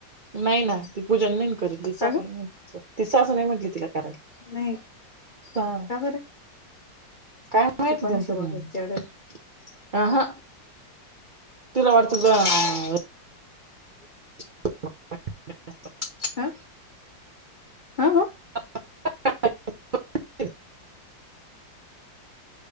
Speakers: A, on the right; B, on the left.
A: नाही ना ती पूजन नाही करेल ति
B: का
A: असं
B: ग
A: नाही ती सासु ति सासु नाही म्हटली तिला करायला.
B: नाही.
A: हा
B: का बरं?
A: काय
B: अशी
A: माहित
B: कोणाशी
A: त्यांचं
B: बोलायचं
A: ते
B: एवढं
A: आहां तिला वाटत काय <unintelligible>
B: आं आह.
A: <inaudible>